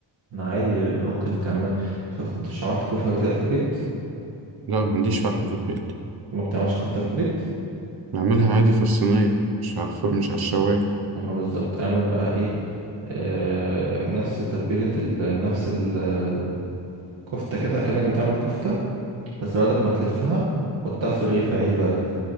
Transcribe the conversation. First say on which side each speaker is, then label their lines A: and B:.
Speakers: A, on the right; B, on the right.
A: انا عادي ممكن تعمل شوف انت مش عملت كفتة قبل كده في البيت
B: لا ما عنديش فحم في البيت
A: ما بتعملش كفتة في البيت
B: بعملها عادي في الصينية مش على الفرن مش على الشواية
A: اما بالظبط اعمل بقى ايه آه نفس تتبيلة ال... نفس الكفتة كده كأنك بتعمل كفتة بس بدل ما تلفها حطها في رغيف عيش بلدي